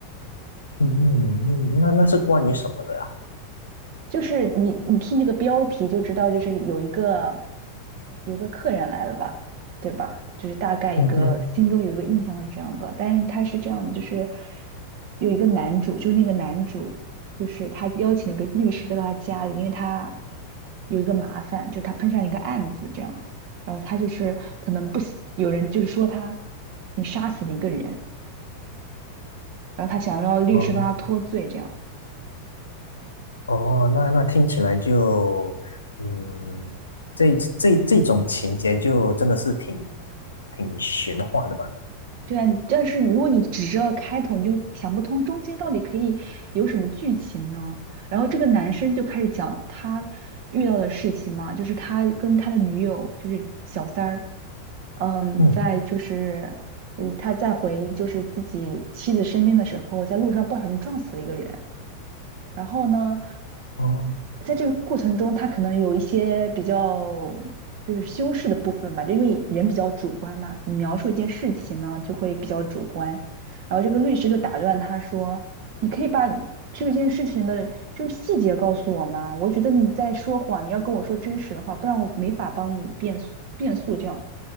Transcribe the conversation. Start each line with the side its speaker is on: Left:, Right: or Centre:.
Left: 嗯嗯嗯，那那是关于什么的啊？
Right: 就是你你听这个标题就知道，就是有一个有个客人来了吧，对吧？就是大概一个心中有一个印象是这样的，
Left: 嗯哼，
Right: 但是他是这样的，就是有一个男主，就那个男主，就是他邀请了一个律师到他家里，因为他有一个麻烦，就他碰上了一个案子这样，然后他就是可能不喜，有人就是说他你杀死了一个人，然后他想要律师帮他脱罪这样。
Left: 哦哦，那那听起来就，嗯，这这这种情节就真的是挺挺玄幻的吧？
Right: 对啊，但是如果你只知道开头，你就想不通中间到底可以有什么剧情呢？然后这个男生就开始讲他遇到的事情嘛，就是他跟他的女友，就是小三儿，嗯，
Left: 嗯，
Right: 在就是，呃，他在回就是自己妻子身边的时候，在路上不小心撞死了一个人，然后呢，
Left: 哦
Right: 在这个过程中，他可能有一些比较就是修饰的部分吧，就因为人比较主观嘛，你描述一件事情呢就会比较主观。然后这个律师就打断他说：“你可以把这件事情的就是细节告诉我吗？我觉得你在说谎，你要跟我说真实的话，不然我没法帮你辩诉辩诉这样